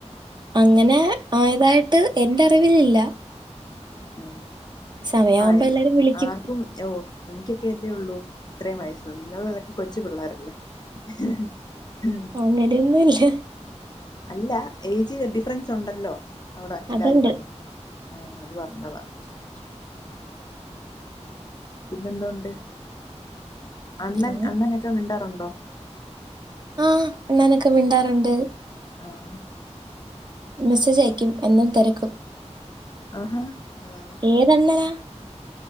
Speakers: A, on the right; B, on the left.
A: അങ്ങനെ ആയതായിട്ട് എന്റെ അറിവിൽ ഇല്ല
B: ഉം ഉം
A: സമയാവുമ്പോ
B: ആയില്ല
A: എല്ലാരും വിളിക്കും.
B: ആർക്കും ഇപ്പം ഓ എനിക്കൊക്കെ അല്ലേ ഉള്ളൂ ഇത്രേം വയസ് നിങ്ങൾ ഒക്കെ കൊച്ചു പിള്ളേരല്ലേ ഹ് ഹ്
A: അങ്ങനെയൊന്നുമില്ല
B: അല്ല ഏജ് ഡിഫറൻസ് ഉണ്ടല്ലോ അവിടെ എല്ലാരും
A: അതുണ്ട്.
B: തമ്മിൽ ആഹ് അത് പറഞ്ഞതാ ഉം പിന്നെ എന്തോ ഉണ്ട് അണ്ണൻ
A: പിന്നെ
B: അണ്ണനൊ മിണ്ടാറുണ്ടോ
A: ആഹ് അണ്ണനൊക്കെ മിണ്ടാറുണ്ട്
B: ആഹ്
A: മെസ്സേജ് അയക്കും എന്നും തിരക്കും
B: ആഹാ ആഹ്
A: ഏത് അണ്ണനാ